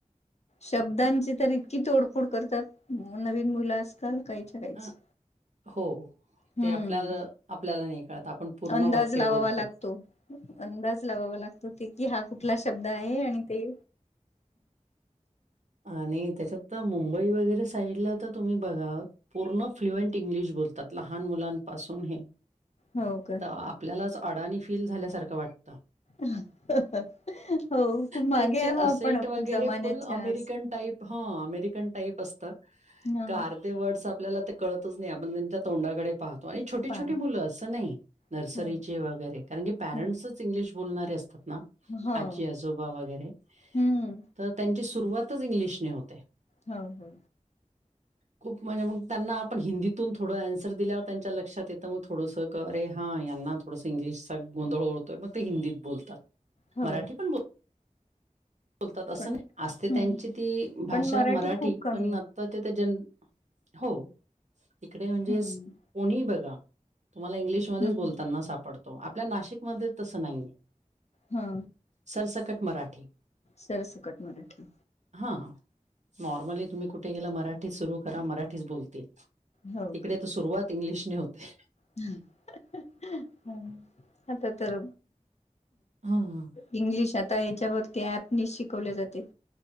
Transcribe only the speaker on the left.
शब्दांची तर इतकी तोडफोड करतात नवीन मुलं आजकाल काहीच्या काहीच
हम्म
अंदाज
लावावा
लागतो. अंदाज लावावा लागतो ते कि हा कुठला शब्द आहे आणि ते
हो का
हो खूप
मागे आहे बुआ
आपण
जमाण्याच्या
असं
ह
ह
पा
हो
हं.
हो
हम्म
हो हो
हो
हो.
पण
हम्म
पण
खूप कमी
हम्म
हम्म
हा
सरसकट मराठी
हो
हं आता तर
इंग्लिश आता याच्यावरती ऍपनी शिकवले जाते.